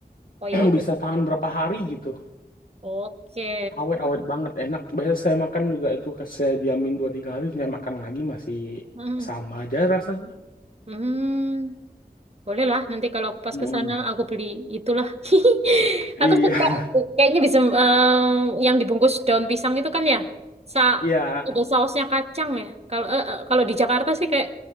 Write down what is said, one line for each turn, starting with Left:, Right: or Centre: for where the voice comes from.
Left: <clears throat>
Right: Oh, ya udah.
Left: bisa tahan berapa hari gitu.
Right: Oke.
Left: awet awet banget enak biasa saya makan juga itu saya diamin dua tiga hari saya makan lagi masih
Right: Hmm.
Left: sama aja rasanya
Right: Hmm. Boleh lah, nanti kalau aku pas
Left: Mm-mm.
Right: ke sana aku beli itulah. <laughs>
Left: iya
Right: Aku suka kayaknya bisa em, yang dibungkus daun pisang itu kan ya. Sa
Left: iya
Right: ada sausnya kacang ya. Kalau eh, eh, kalau di Jakarta sih kayak